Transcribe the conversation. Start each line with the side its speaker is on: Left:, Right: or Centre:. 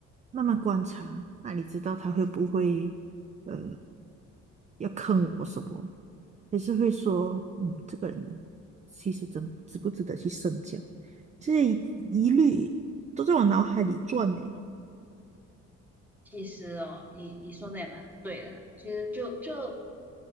Right: 慢慢观察，那你知道他会不会呃要坑我什么，还是会说嗯这个人其实值值不值得去深交，这些疑疑虑都在我脑海里转呢。
Centre: 其实哦，你你说的也蛮对的啦。其实就就